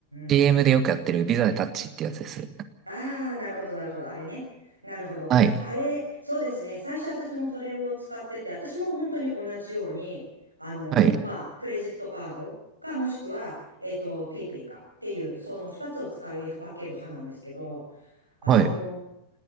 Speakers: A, on the right (about 30°); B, on the right (about 85°).
A: CM
B: うん
A: でよくやってるビザでタッチってやつです。
B: ああ、なるほど、なるほど。あれね。なるほど。
A: はい。
B: あれ、そうですね。最初私もそれを使ってて、私も本当に同じように、あのーまあ、
A: はい。
B: クレジットカードか、もしくは、えっと、ペイペイかっていう、その二つを使い分ける派なんですけど、あのー
A: はい。